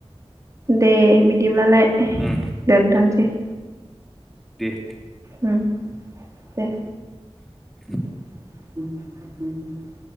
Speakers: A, on the right; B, in the centre.
A: दे बिदिब्लालाय
B: उम
A: दोनथ'सै ।
B: दे ।
A: उम दे ‌।
B: <inaudible>
A: <inaudible>